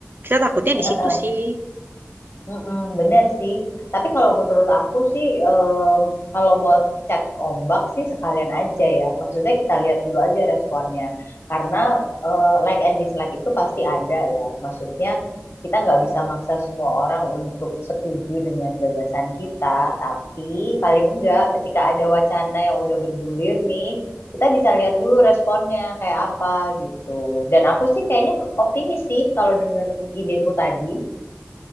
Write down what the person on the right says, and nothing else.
kita takutnya
di situ sih